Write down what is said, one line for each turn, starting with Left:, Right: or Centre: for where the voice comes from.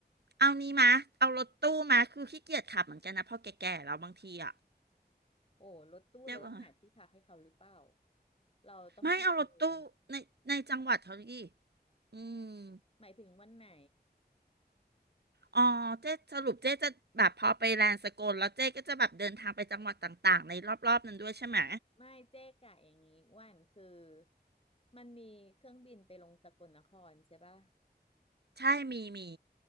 Right: เอานี้มา เอารถตู้มา คือขี้เกียจขับเหมือนกันนะพอแก่ๆแล้วบางทีอ่ะ
Left: โอ้รถตู้เราต้องหาที่พักให้เขาหรือเปล่า
Right: เจ๊ว่า
Left: เราต้องกี่คืน
Right: ไม่เอารถตู้ในในจังหวัดเขาดิอืม
Left: หมายถึงวันไหน
Right: อ๋อเจ๊สรุปเจ๊จะแบบพอไปแลนด์สกลแล้วเจ๊ก็จะแบบเดินทางไปจังหวัดต่างๆในรอบๆนั้นด้วยใช่ไหม
Left: ไม่เจ๊กะอย่างงี้อ้วันคือมันมีเครื่องบินไปลงสกลนครใช่ป่ะ
Right: ใช่มีมี